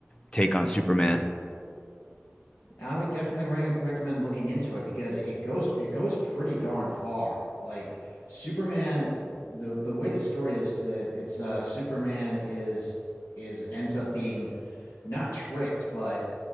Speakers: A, on the left; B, on the left.
A: take on Superman.
B: I would definitely re- recommend looking into it because it goes it goes pretty darn far like Superman the the way the story is uh, it's uh Superman is is ends up being not tricked but